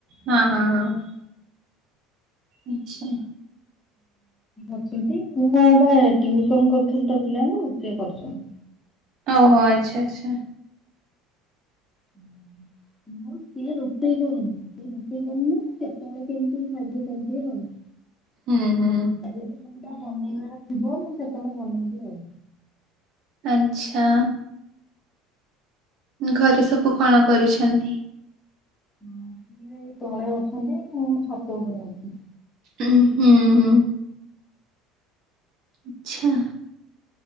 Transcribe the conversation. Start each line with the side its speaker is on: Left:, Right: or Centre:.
Right: ହଁ ହଁ ହଁ। ଆଚ୍ଛା।
Left: ଅଛନ୍ତି ମୁଁ ବା ଟିଉସନ କରୁଥିଲି ତ ପିଲାଙ୍କୁ ସେ କରିଛନ୍ତି।
Right: ଓହୋ ଆଚ୍ଛା ଆଚ୍ଛା।
Left: ହୁଁ। ମୁଁ ସିଏ ରୋଷେଇ କରନ୍ତି ସିଏ ରୋଷେଇ କରିଲେ କେତେବେଳେ କେମିତି ସାହାଯ୍ୟ କରିଦିଏ ଆଉ। <inaudible>
Right: ହୁଁ ହୁଁ।
Left: ଯଦି କୋଉଟା ବନେଇବାର ଥିବ ମୁଁ ସେତେବେଳେ ବନେଇବି ଆଉ।
Right: ଆଚ୍ଛା। ଘରେ ସବୁ କଣ କରୁଛନ୍ତି?
Left: ସିଏ ଯୋଉ ତଳେ ଅଛନ୍ତି ମୁଁ ଛାତ ଉପରେ ଅଛି।
Right: ଉଁ ହୁଁ। ହୁଁ। ଆଚ୍ଛା।